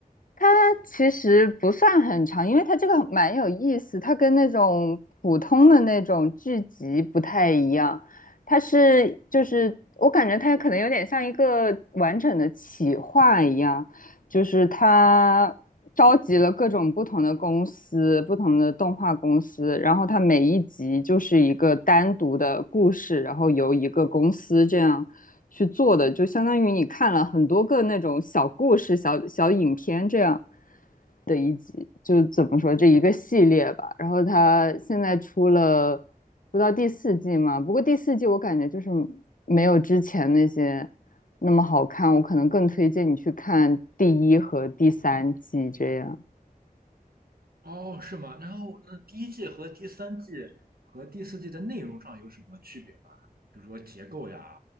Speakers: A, on the left; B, on the right.
A: 它其实不算很长，因为它这个蛮有意思，它跟那种普通的那种剧集不太一样，它是就是我感觉它可能有点像一个完整的企划一样，就是它召集了各种不同的公司、不同的动画公司，然后它每一集就是一个单独的故事，然后由一个公司这样去做的，就相当于你看了很多个那种小故事、小小影片这样的一集，就怎么说这一个系列吧。然后它现在出了不到第四季嘛，不过第四季我感觉就是没有之前那些那么好看，我可能更推荐你去看第一和第三季。这样
B: 哦，是吗？然后那第一季和第三季和第四季的内容上有什么区别吗？比如说结构呀